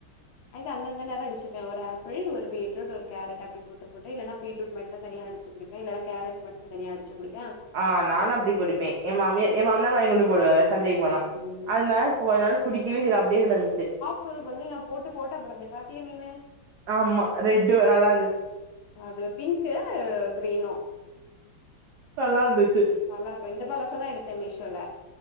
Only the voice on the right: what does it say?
ஆ நானு அப்டிக் குடிப்பே எ மாமியார் எ மாமனார் வாங்கி கொண்டு போடுவார் சந்தைக்கு போனா
அதல கொஞ்ச நாள் குடிக்கவே இல்ல அப்டியே கிடந்துச்சி
ஆமா ரெட்டு நல்லா இருந்துச்சு
நல்லாருந்துச்சு